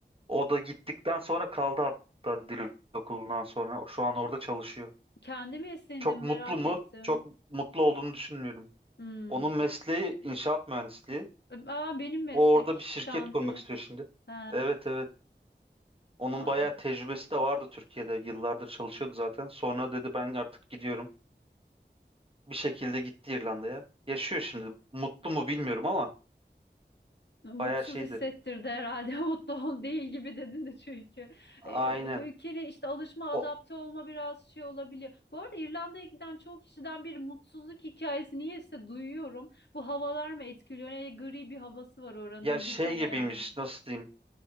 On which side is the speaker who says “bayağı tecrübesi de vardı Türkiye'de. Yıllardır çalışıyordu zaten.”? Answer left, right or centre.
Right